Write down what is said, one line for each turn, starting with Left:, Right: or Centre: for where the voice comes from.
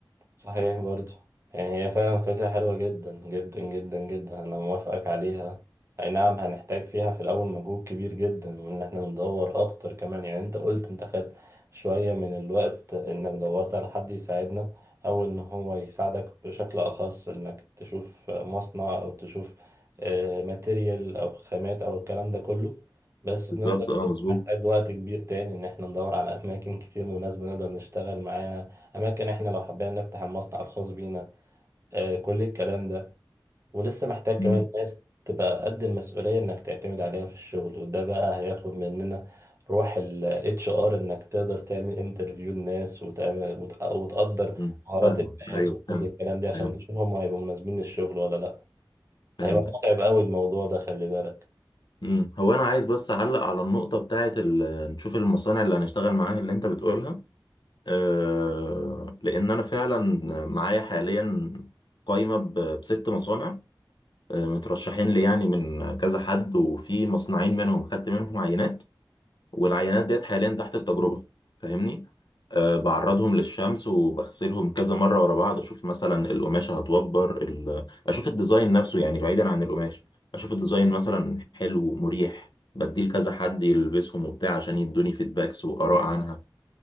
Right: صحيح برضو يعني هي فعلا فكرة حلوة جدا جدا جدا جدا أنا موافقك عليها أي نعم هنحتاج فيها في الأول مجهود كبير جدا وإن إحنا ندور أكتر كمان يعني أنت قلت أنت خدت شوية من الوقت إنك دورت على حد يساعدنا أو إن هو يساعدك بشكل أخص إنك تشوف مصنع أو تشوف ماتيريال أو خامات أو الكلام ده كله بس في
Left: بالظبط
Right: نفس الوقت
Left: اه مظبوط
Right: محتاج وقت كبير تاني إن إحنا ندور على أماكن كتير مناسبة نقدر نشتغل معاها اماكن احنا لو حبينا نفتح المصنع الخاص بينا آه كل الكلام ده ولسه محتاج
Left: مم.
Right: كمان ناس تبقى قد المسؤولية انك تعتمد عليها في الشغل وده بقى هياخد مننا روح ال HR انك تقدر تعمل انترفيو للناس وتعمل وت- وتقدر
Left: مم.
Right: مهارات
Left: فاهمك
Right: الناس
Left: ايوه
Right: وكل
Left: فهمت
Right: الكلام ده عشان
Left: فهمت
Right: تشوف هم هيبقوا مناسبين للشغل ولا لا هيبقى
Left: فهمت
Right: متعب قوي الموضوع ده خلي بالك
Left: مم. هو انا عايز بس اعلق على النقطه بتاعه ال- نشوف المصانع اللي هنشتغل معاها اللي انت بتقولها أه لان انا فعلا معايا حاليا قايمه ب- بست مصانع آه، مترشحين لي يعني من كذا حد وفي مصنعين منهم خدت منهم عينات والعينات ديت حاليا تحت التجربة فاهمني أه بعرضهم للشمس وبغسلهم كذا مرة ورا بعض أشوف مثلا القماشة هتوبر ال... أشوف الديزاين نفسه يعني بعيدا عن القماش أشوف الديزاين مثلا حلو مريح بديه لكذا حد يلبسهم وبتاع عشان يدوني فيدباكس وآراء عنها